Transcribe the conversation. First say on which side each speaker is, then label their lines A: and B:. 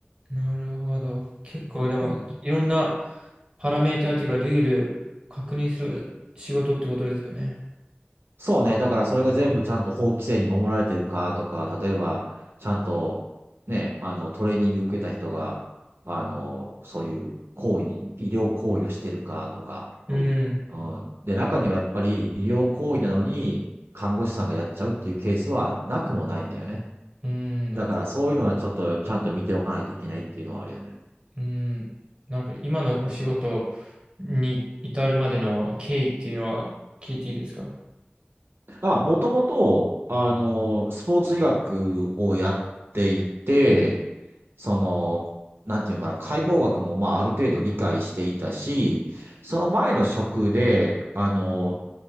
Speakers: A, on the right; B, on the right.
A: なるほど。結構でも、
B: うん。
A: いろんなパラメーターっていうか、ルール確認する仕事ってことですよね。
B: そうね。だからそれが全部ちゃんと法規制に守られてるかとか、例えば、ちゃんと、ね、あの、トレーニング受けた人が、あの、そういう行為、医療行為をしてるかとか、
A: うん。
B: うん。で、中にはやっぱり医療行為なのに、看護師さんがやっちゃうっていうケースはなくもないんだよね。
A: うん。なる
B: だからそういうのはちょっとちゃんと見ておかないといけないっていうのはあるよね。
A: うん。なんか今のお仕事に至るまでの経緯っていうのは聞いていいですか
B: あ、もともと、あの、スポーツ医学をやっていて、その、なんていうのかな、解剖学もまあある程度理解していたし、その前の職で、あの、